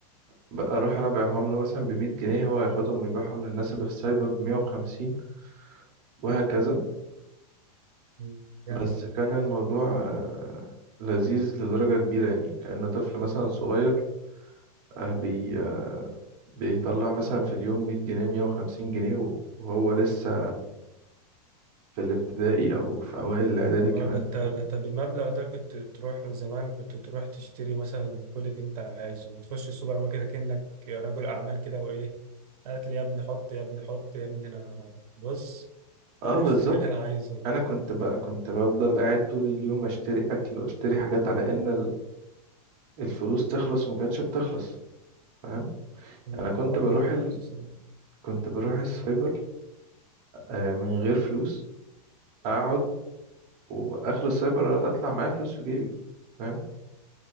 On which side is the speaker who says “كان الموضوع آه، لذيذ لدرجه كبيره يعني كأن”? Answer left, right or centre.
Right